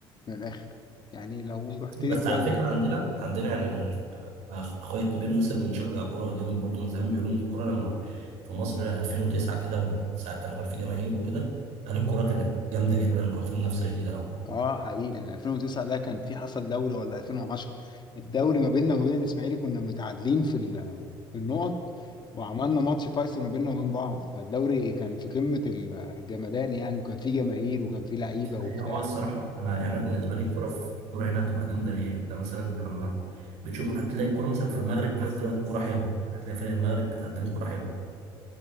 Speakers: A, on the left; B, on the right.
A: من الآخر يعني لو رحت
B: بس
A: لي الدوري
B: على فكره عندنا عندنا يعني انا من أخ- اخويا الكبير مثلا مشجع كوره جامد برضه من زمان بيقولوا ان الكوره لما في مصر 2009 كده وساعه لما كان في جماهير وكده قال الكوره كانت جامده جدا وكان في منافسه شديده قوي
A: اه حقيقي ال 2009 ده كان في حصل دوري ولا 2010 الدوري ما بيننا وما بين الإسماعيلي كنا متعادلين في ال- في النقط وعملنا ماتش فيصل ما بيننا وبين بعض فالدوري كان في قمة ال- الجمدان يعني وكان فيه جماهير وكان فيه لعيبة وبتاع
B: هي هو الصراحة أنا يعني أنا بالنسبة لي الكورة في الكورة هنا هتبقى جامدة ليه؟ أنت مثلا أنت لما بتشوف هتلاقي الكورة مثلا في المغرب لحد دلوقتي الكورة حلوة، يعني هتلاقي فريق المغرب بتقدم كورة حلوة.